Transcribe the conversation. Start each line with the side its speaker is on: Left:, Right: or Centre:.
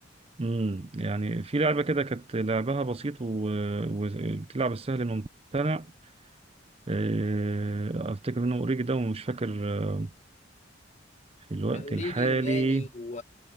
Right: مم. يعني في لعبة كده كانت لعبها بسيط و- وبتلعب السهل الممتنع آه، افتكر منه اوريجي ده ومش فاكر آه، في الوقت
Left: كان اوريجي
Right: الحالي
Left: وماني و...